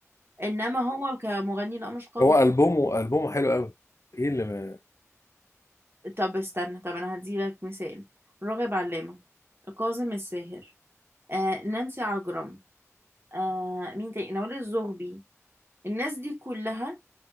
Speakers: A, on the right; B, on the left.
A: انما هو كمغني لا مش قوي
B: هو البومه البومه حلو قوي ايه اللي ما
A: طب استنى طب انا هديلك مثال راغب علامة كاظم الساهر آه، نانسي عجرم آه، مين تاني نوال الزغبي الناس دي كلها